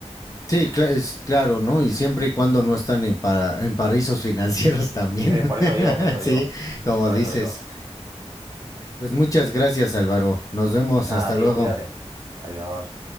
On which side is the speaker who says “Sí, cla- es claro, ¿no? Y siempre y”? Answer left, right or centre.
Left